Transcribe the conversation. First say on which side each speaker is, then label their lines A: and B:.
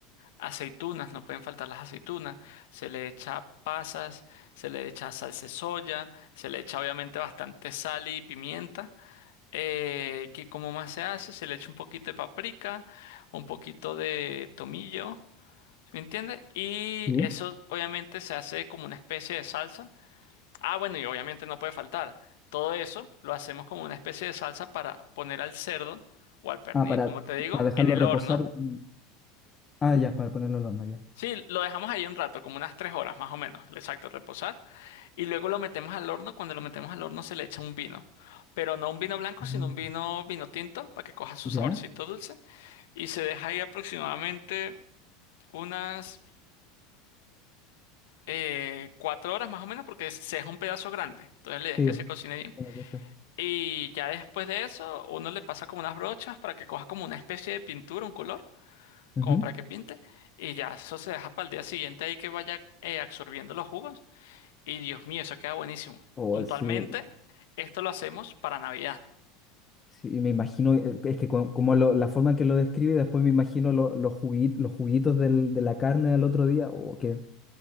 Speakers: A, on the left; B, on the left.
A: aceitunas, no pueden faltar las aceitunas, se le echa pasas, se le echa salsa de soya, se le echa obviamente bastante sal y pimienta eh, que como más se hace, se le echa un poquito de paprika, un poquito de tomillo, ¿sí ¿me entiendes? Y
B: sí.
A: eso obviamente se hace como una especie de salsa. Ah, bueno, y obviamente no puede faltar. Todo eso lo hacemos como una especie de salsa para poner al cerdo o al pernil,
B: Ah, para,
A: como te digo,
B: para dejarlo
A: en el
B: reposar.
A: horno.
B: un- Ah, ya, para ponerlo al horno, ya.
A: Sí, lo dejamos ahí un rato, como unas tres horas más o menos, exacto, reposar. Y luego lo metemos al horno. Cuando lo metemos al horno se le echa un vino, pero no un vino blanco,
B: Mm.
A: sino un vino vino tinto para que coja su
B: ¿Ya?
A: saborcito dulce. y se deja ahí aproximadamente unas eh, cuatro horas más o menos porque se deja un pedazo grande. Entonces la idea
B: Sí.
A: es que se cocine bien.
B: tiene que ser.
A: Y ya después de eso, uno le pasa como unas brochas para que coja como una especie de pintura, un color,
B: Ujú.
A: como para que pinte. Y ya eso se deja para el día siguiente ahí que vaya eh, absorbiendo los jugos. Y Dios mío, eso queda buenísimo.
B: Oh,
A: Puntualmente,
B: sí,
A: esto lo hacemos para Navidad.
B: sí, me imagino, eh, es que co- como lo- la forma en que lo describe, después me imagino lo- los jugui- los juguitos del- de la carne del otro día, o que